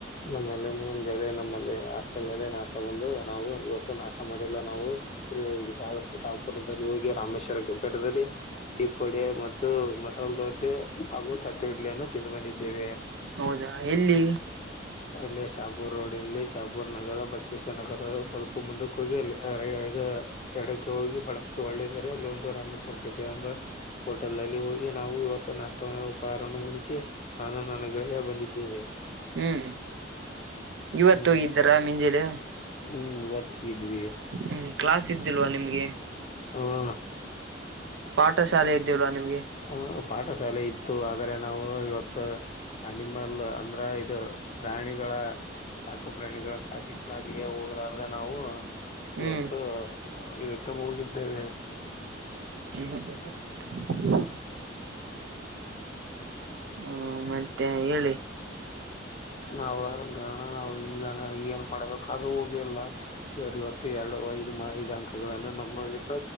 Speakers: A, on the left; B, on the right.
A: ನಮ್ಮಲ್ಲಿ ಮುಂಜೆ ನಮ್ಮಲ್ಲಿ ಹಾಸ್ಟೆಲ್ ನಲ್ಲಿ ನಾಷ್ಟ ಬಂದು ನಾವು ಇವತ್ತು ನಾಷ್ಟ ಮಾಡಿಲ್ಲ ನಾವು. ಶ ಶಾಪುರದಲ್ಲಿ ಹೋಗಿ ರಾಮೇಶ್ವರಂ ಕೆಫೆದಲ್ಲಿ ಡಿಪ್ಪಡಿ ಮತ್ತು ಮಾಸಲ್ ದೋಸೆ ಹಾಗೂ ತಟ್ಟೆ ಇಡ್ಲಿಯನ್ನು ತಿಂದು ಬಂದಿದ್ದೇವೆ.
B: ಹೌದಾ ಎಲ್ಲಿ
A: ಇಲ್ಲಿ ಶಾಪುರ್ ರೋಡ್ ಅಲ್ಲಿ ಶಾಪುರ್ ನಗರ ಬಸವೇಶ್ವರನಗರ ಸ್ವಲ್ಪ ಮುಂದ್ ಹೋಗಿ ಅಲ್ಲಿ ಇದು ಎಡಕ್ಕೆ ಹೋಗಿ ಬಲಕ್ಕೆ ಒಳ್ಳೆ ಇದೆ ರೀ ಅಲ್ಲಿ ಒಂದು ರಾಮೇಶ್ವರಂ ಕೆಫೆ ಎಂಬ. ಹೋಟೆಲ್ ಅಲ್ಲಿ ಹೋಗಿ ನಾವು ಇವತ್ತು ನಾಷ್ಟ ಉಪಹಾರವನ್ನು ಮುಗಿಸಿ ನಾನು ನನ್ನ ಗೆಳೆಯ ಬಂದಿದ್ದೇವೆ.
B: ಹ್ಮ್ ಇವತ್ತು
A: ಹ್ಮ್
B: ಹೋಗಿದ್ದಾರ ಮಿಂಜಾಲೆ
A: ಹ್ಮ್ ಇವತ್ತ್ ಹೋಗಿದ್ವಿ.
B: ಹ್ಮ್ ಕ್ಲಾಸ್ ಇದ್ದಿಲ್ವಾ ನಿಮ್ಗೆ
A: ಹ್ಮ
B: ಪಾಠಶಾಲೆ ಇದ್ದೀಲ್ವಾ ನಿಮ್ಗೆ
A: ಹ್ ಪಾಠಶಾಲೆ ಇತ್ತು ಆದ್ರೆ ನಾವು ಇವತ್ತು. ಅನಿಮಲ್ ಅಂದ್ರೆ ಇದು ಪ್ರಾಣಿಗಳ ಸಾಕು ಪ್ರಾಣಿಗಳ ಖಾಸಿ ಪ್ಲಾಜಗೆ ಹೋಗಲ್ಲರಾದೆ ನಾವು
B: ಹ್ಮ್
A: ಇವತ್ತು ಇದಕ್ಕ ಹೋಗಿದ್ದೇವೆ.
B: ಹ್ಮ <unintelligible> ಹ್ಮ ಮತ್ತೆ ಹೇಳಿ
A: ನಾವ್ ಅಣ ನಾವು ಈಗಾನ ಏನ್ ಮಾಡ್ಬೇಕು ಅದು ಹೋಗಿಲ್ಲ. ಸರಿವತ್ತು ಎರಡು ಐದು ಐದು ಅಂಕಗಳನ್ನು ನಮ್ಮ ಇಂದ